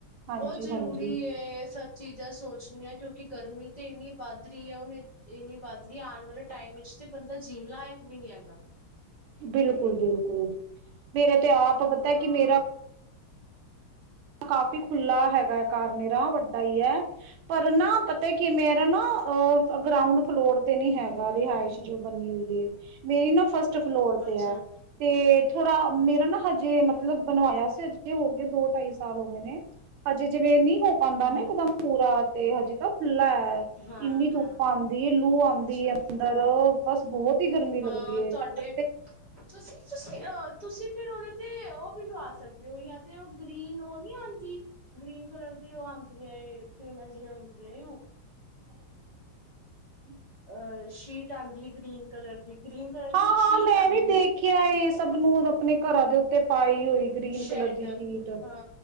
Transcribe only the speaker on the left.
ਬਹੁਤ ਜ਼ਰੂਰੀ
ਹੈ ਇਹ ਸਭ ਚੀਜ਼ਾਂ ਸੋਚਨੀਆ ਕਿਉਂਕਿ ਗਰਮੀ ਤਾਂ ਇੰਨੀ ਵੱਧ ਰਹੀ ਹੈ ਹੁਣ ਇੰਨੀ ਵੱਧ ਰਹੀ ਹੈ ਆਉਣ ਵਾਲੇ ਟਾਈਮ ਵਿੱਚ ਤਾਂ ਬੰਦਾ ਜੀਣ ਲਾਇਕ ਵੀ ਨਹੀਂ ਹੈਗਾ
ਹਾਂ
ਅੱਛਾ
ਹਮ
ਹਾਂ
ਹਾਂ
ਅੱਛਾ
ਹਾਂ
ਤੁਹਾਡੇ
ਤੁਸੀਂ ਤੁਸੀਂ ਅਹ ਤੁਸੀਂ ਫਿਰ ਉਹਦੇ ਤੇ ਉਹ ਵੀ ਲਵਾ ਸਕਦੇ ਜਾਂ ਤੇ ਗ੍ਰੀਨ ਉਹ ਨੀ ਆਂ ਗ੍ਰੀਨ ਕੱਲਰ ਦੀ ਉਹ ਆਂਦੀਆਂ ਏਟੀਾਂ ਜਿਹੀਆਂ ਆਉਦੀਆਂ
ਅਹ ਸ਼ੀਟ ਆਦੀ ਗ੍ਰੀਨ ਕਲਰ ਦੀ ਗ੍ਰੀਨ ਕਲਰ
ਦੀ ਇੱਕ ਸ਼ੀਟ
ਆਉਂਦੀ
ਹੈ
ਸ਼ੈਡ
ਹਾਂ